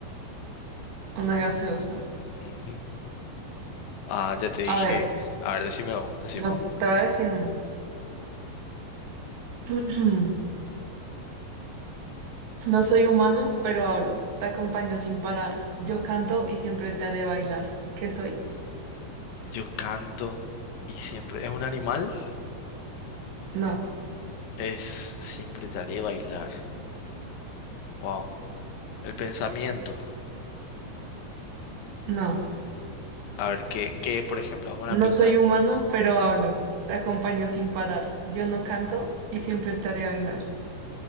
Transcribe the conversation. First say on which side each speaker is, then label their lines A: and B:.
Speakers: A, on the right; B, on the left.
A: una gaseosa.
B: Ujú. Ah, ya te dije.
A: A ver,
B: A ver, decime vos, decime
A: no,
B: vos.
A: <clears throat> te voy a decir uno. <clears throat> No soy humano, pero hablo. Te acompaño sin parar. Yo canto y siempre te haré bailar. ¿Qué soy?
B: Yo canto y siempre. ¿Es un animal?
A: No,
B: Es siempre te haré bailar. Wow. El pensamiento.
A: no.
B: A ver, ¿qué, qué es, por ejemplo? Vamos
A: No
B: a pintar.
A: soy humano, pero hablo. Te acompaño sin parar. Yo no canto y siempre te haré bailar.